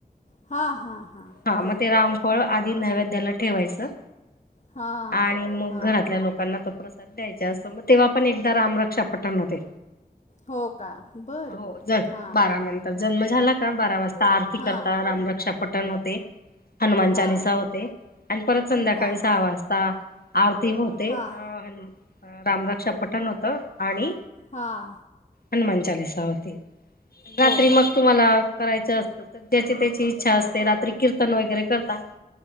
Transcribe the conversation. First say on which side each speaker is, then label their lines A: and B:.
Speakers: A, on the left (about 45°); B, on the left (about 65°).
A: हां हां हां
B: हा
A: बरोबर
B: म ते रामफळऽ आधी नैवेद्याला ठेवायचं,
A: हां
B: आणि मग
A: हां
B: घरातल्या
A: हां
B: लोक लोकांना तो प्रसाद द्यायचा असतो, म तेव्हा पण एकदा राम रक्षा पठण होतय.
A: हो का. बरं
B: हो,
A: बरं
B: जर
A: हां
B: बारा नंतर जन्म झाला का, बारा वाजता आरती
A: हां
B: करता राम रक्षा पठण होते हनुमान
A: हां
B: चालीसा होते, आणि परत संध्याकाळी
A: हां
B: सहा वाजता, आरती होते,
A: हां
B: अन
A: हां
B: रामरक्षा पठण होतं. आणि
A: हां
B: हनुमान चालीसा होते, रात्री
A: हो का
B: मग तुम्हाला करायचं असतं, तर ज्याची त्याची इच्छा असते, रात्री कीर्तन वगैरे करता.